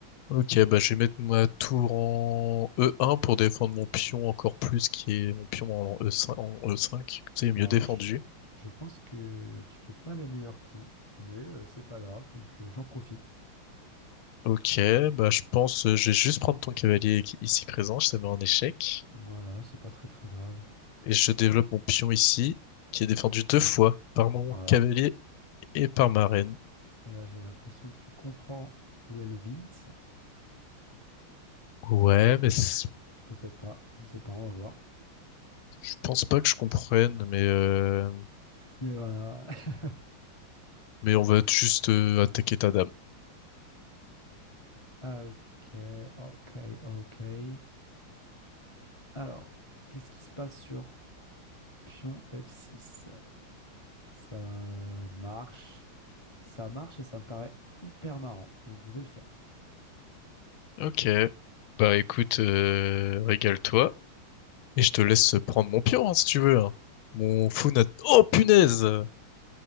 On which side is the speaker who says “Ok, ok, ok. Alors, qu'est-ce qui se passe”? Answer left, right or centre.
Left